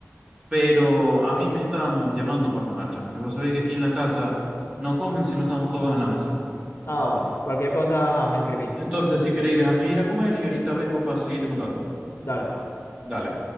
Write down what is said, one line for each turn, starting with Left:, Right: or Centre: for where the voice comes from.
Right: pero a mí me están llamando para comer, chamo. Y vos sabéis que aquí en la casa no comen si no estamos todos en la mesa.
Left: Ah, bueno. Cualquier cosa, ajá, me escribí.
Right: Entonces, si queréis, déjame ir a comer y ahorita vengo para seguirte contando.
Left: Dale, pues.
Right: Dale.